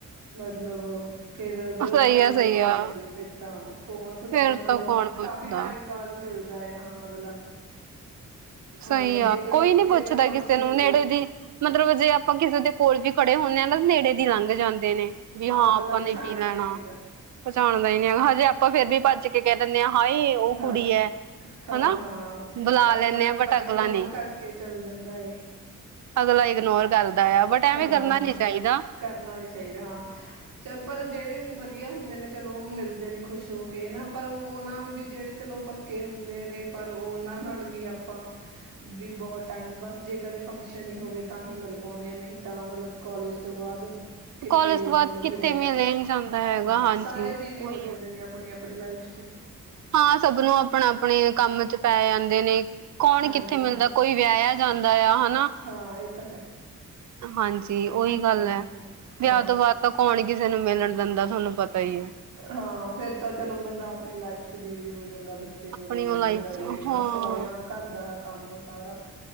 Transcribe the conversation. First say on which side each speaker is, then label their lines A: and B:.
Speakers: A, on the right (about 80°); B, on the right (about 65°).
A: ਮਤਲਬ- ਫੇਰ ਜਦੋਂ
B: ਸਹੀ
A: ਪੜਾਈ
B: ਆ ਸਹੀ
A: ਖਤਮ
B: ਆ
A: ਹੋ ਜਾਂਦੀ ਹੈ ।ਫੇਰ ਤਾਂ ਕੌਣ ਪੁੱਛ
B: ਫੇਰ
A: ਮਤਲਬ
B: ਤਾਂ ਕੌਣ ਪੁੱਛਦਾ
A: ਕਾਫੀ ਟਾਈਮ ਬਾਅਦ ਮਿਲਦੀ ਦਾ ਹੈ ਅਗਲਾ ਹਾਂ
B: ਸਹੀ ਆ
A: ਜੇ
B: ਕੋਈ ਨੀ
A: ਜੇ
B: ਪੁੱਛਦਾ
A: ਫੰਕਸ਼ਨ
B: ਕਿਸੇ ਨੂੰ
A: ਹੋਵੇ
B: ਨੇੜੇ ਦੀ, ਮਤਲਬ ਜੇ ਆਪਾਂ ਕਿਸੇ ਦੇ ਕੋਲ ਵੀ ਖੜੇ ਹੁੰਦੇ ਆਾਂ ਨੇੜੇ ਦੀ ਲੰਘ ਜਾਂਦੇ ਨੇ ਵੀ ਹਾਂ
A: ਅਗਲਾ
B: ਆਪਾਂ
A: ਪਛਾਣਦਾ
B: ਨੇ ਕੀ ਲੈਣਾ
A: ਹੀ ਨੀ ਗਾ
B: ਪਚਾਣਦਾ ਹੀ ਨ ਹੈ ਹਜੇ ਆਪਾਂ ਫੇਰ ਵੀ ਭੱਜ ਕੇ ਕਹਿ ਦਿੰਦੇ ਹਾਂ ਹਾਏ ਉਹ ਕੁੜੀ
A: ਹਾਂ
B: ਹੈ।
A: ਹਾਂ
B: ਹਨਾ
A: ਹਾਂ
B: ਬੁਲਾ
A: ਅਗਲਾ
B: ਲੈਂਦੇ
A: ਨੀ
B: ਆ ਬਟ
A: ਪਰ
B: ਅਗਲਾ
A: ਇਗਨੋਰ
B: ਨਹੀਂ
A: ਕਰਕੇ ਚੱਲ ਜਾਂਦਾ ਏ
B: ਅਗਲਾ ਇਗਨੋਰ ਕਰਦਾ ਆ ਬਟ ਐਵੇਂ
A: ਹਾਂ,
B: ਕਰਨਾ
A: ਹਾਂ
B: ਨੀ ਚਾਹੀਦਾ
A: ਕਰਨਾ ਨੀ ਚਾਹੀਦਾ ਹਾਂ। ਚੱਲ ਪਰ ਜਿਹੜੇ ਉ ਵਧੀਆ ਹੁੰਦੇ ਨੇ ਚਲੋ ਮਿਲਦੇ ਨੇ ਖੁਸ਼ ਹੋ ਕੇ ਹਨ ਨਾ ਪਰ ਉਹਨਾਂ ਵੀ ਜਿਹੜੇ ਚਲੋ ਪੱਕੇ ਹੁੰਦੇ ਨੇ ਪਰ ਉਹਨਾਂ ਨਾਲ ਵੀ ਆਪਾਂ ਵੀ ਬਹੁਤ ਟਾਈਮ ਬਸ ਜੇ ਕਦੇ ਫੰਕਸ਼ਨ ਹੀ ਹੋਵੇ ਤਾਂ ਹੀ ਮਿਲ ਪਾਉਦੇ ਨਹੀਂ ਤਾਂ ਮਤਲਬ ਕਾਲਜ ਤੋਂ ਬਾਅਦ ਕਿੱਥੇ
B: ਕਾਲਜ ਤੋਂ ਬਾਅਦ
A: ਮਤਲਬ
B: ਕਿੱਥੇ
A: ਮਿਲਿਆ ਜਾਂਦਾ ਹੂੰ,
B: ਨੀ ਜਾਂਦਾ ਹੈਗਾ ਹਾਂਜੀ
A: ਸਾਰੇ ਬਿਜੀ
B: ਉਹੀ
A: ਹੋ ਜਾਂਦੇ
B: ਹੈ
A: ਨੇ ਆਪਣੀ ਆਪ ਆਪਣੀ ਲਾਈਫ 'ਚ
B: ਹਾਂ ਸਭ ਨੂੰ ਆਪਣਾ ਆਪਣੇ ਕੰਮ ਚ ਪੈ ਜਾਂਦੇ ਨੇ ਕੌਣ
A: ਹਾਂਜੀ
B: ਕਿੱਥੇ ਮਿਲਦਾ
A: ਹਾਂ।
B: ਕੋਈ ਵਿਆਹਿਆ ਜਾਂਦਾ ਆ ਹਨਾ
A: ਹਾਂ ਇਹ ਤਾਂ ਹੈ
B: ਹਾਂਜੀ। ਉਹੀ
A: ਹਾਂਜੀ।
B: ਗੱਲ ਹੈ
A: ਹਾ
B: ਵਿਆਹ ਤੋਂ ਬਾਅਦ ਤਾਂ ਕੌਣ ਕਿਸੇ ਨੂੰ ਮਿਲਣ ਦਿੰਦਾ ਤੁਹਾਨੂੰ ਪਤਾ ਹੀ ਹੈ
A: ਹਾਂ ਫਿਰ ਤਾਂ ਚਲੋ ਬੰਦਾ ਆਪਣੀ ਲਾਈਫ ਬਿਜ਼ੀ ਹੋ ਜਾਂਦਾ ਬੱਚੇ ਹੋ
B: ਆਪਣੀ
A: ਜਾਂਦੇ
B: ਉਹ ਲਾਈਫ
A: ਨੇ ਫਿਰ ਅਗਲੇ
B: ਚ ਹਾਂ
A: ਸੋਹਰਿਆਂ ਘਰ ਦਾ ਕੰਮ ਸਾਰਾ